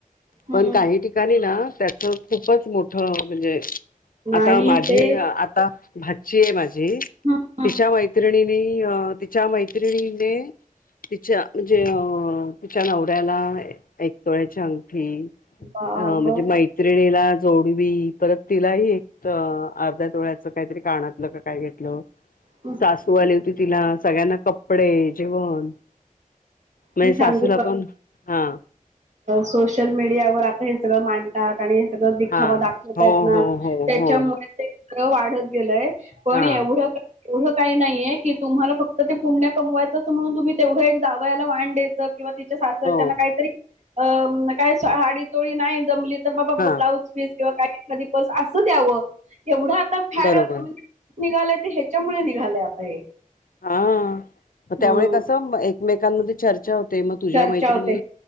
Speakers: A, on the right; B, on the left.
A: हं.
B: पण काही ठिकाणी ना त्याच खूपच मोठ म्हणजे
A: नाही
B: आता माझी
A: ते
B: आता भाच्ची आहे माझी.
A: हं, हं.
B: तिच्या मैत्रिणीनी तिच्या मैत्रिणीने तिच्या म्हणजे अ तिच्या नवऱ्याला एकतोळ्याच्या अंगठी
A: बाबा!
B: अ म्हणजे मैत्रिणीला जोडवी परत तिलाही एक अर्ध्या तोळ्याच काहीतरी कानातल काय घेतलं
A: हं.
B: सासू आली होती. तिला सगळ्यांना कपडे जेवण म्हणजे
A: मी
B: सासूला
A: सांगू का?
B: पण हा
A: सोशल मीडियावर आता हे सगळं मांडतात. आणि दिखावा
B: हा
A: दाखवत
B: हो
A: आहेत ना
B: हो हो
A: त्याच्यामुळे
B: हो
A: ते वाढत गेलंय पण
B: हा
A: एवढं एवढं काही नाहीये की तुम्हाला फक्त ते पुण्य कमवायचं म्हणून तुम्ही तेवढं एक जावयाला तीच्या वाण डे च, किंवा तिच्या सासर
B: हो
A: काहीतरी अ साडी चोळी नाही जमली तर बाबा
B: हा
A: ब्लाउज पीस किंवा काही एखादी पर्स असु द्यावं. एवढं आता फॅड
B: बरोबर
A: निघालय ते ह्याच्यामुळे निघालय आता हे.
B: हा
A: हम्म
B: त्यामुळे कसं एकमेकांमध्ये चर्चा होती. ते मग तुझ्या
A: चर्चा
B: मैत्रिणी
A: होते